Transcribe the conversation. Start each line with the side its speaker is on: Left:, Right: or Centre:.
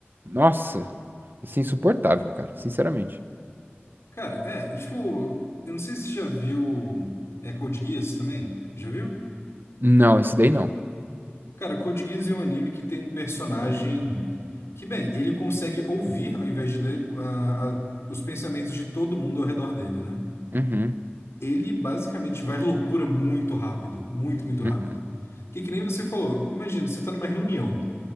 Right: Nossa, isso é insuportável, cara, sinceramente.
Left: Cara, é, é, tipo, eu não sei se você já viu é, Code Geass também. Já viu?
Right: Não, esse daí não.
Left: Cara, Code Geass é um anime que tem um personagem que, bem, ele consegue ouvir, ao invés de ler, a- a- os pensamentos de todo mundo ao redor dele, né?
Right: Uhum,
Left: ele basicamente vai à loucura muito rápido, muito, muito rápido.
Right: uhum,
Left: Que que nem você falou, imagina, você está numa reunião